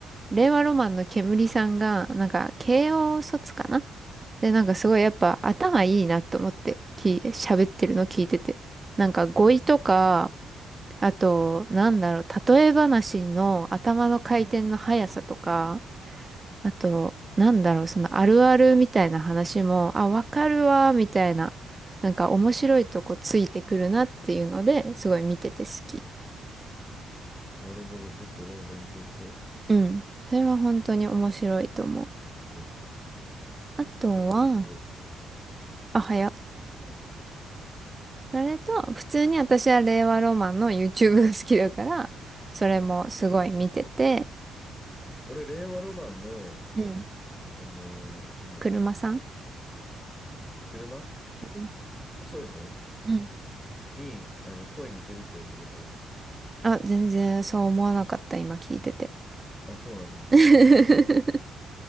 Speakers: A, on the right; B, on the left.
A: 令和ロマンの煙さんが、なんか慶応卒かなで、なんかすごいやっぱ頭いいなと思って、き、喋ってるの聞いてて。なんか語彙とか、
B: えー、
A: あと、なんだろう、例え話の頭の回転の速さとか、
B: うん、
A: あと、なんだろう、そのあるあるみたいな話も、あ、わかるわ、みたいな、なんか面白いとこついてくるなっていうので、
B: うん。
A: すごい見てて好き。
B: なるほど。ちょっと俺も勉強しよう。
A: うん。それは本当に面白いと思う。
B: ということ。
A: あとは、
B: チャンネル登録しました。
A: あ、早っ。それと、普通に私は令和ロマンの YouTube が好きだから、それもすごい見てて、
B: うん。俺、令和ロマンの、
A: うん。
B: あのーなんだっけ、
A: 車さん
B: 車
A: うん
B: 遅い方
A: うん。
B: に、あの、声似てるって言われたことある。
A: あ、全然そう思わなかった、今聞いてて。
B: あ、そうなんだ。う
A: <laughs>